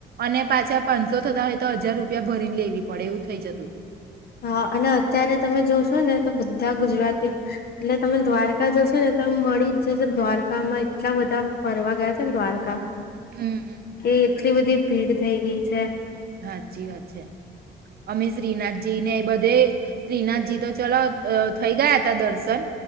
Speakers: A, on the right (about 50°); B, on the left (about 50°).
A: અને પાછા પાંચસો થતા હોય તો હજાર રૂપિયા ભરીને લેવી પડે એવું થઈ જતું હતું
B: હા, અને અત્યારે તમે જોશો ને તો બધા ગુજરાતીઓ એટલે તમે દ્વારકા જોશો ને ત મળી જ જશે દ્વારકામાં એટલા બધા ફરવા ગયા છે ને દ્વારકા
A: હમ હમ હમ.
B: એ, એટલી બધી ભીડ થઈ ગઈ છે
A: હા, સાચી વાત છે અમે શ્રીનાથજી ને એ બધે શ્રીનાથજી તો ચલો થઈ ગયા હતા દર્શન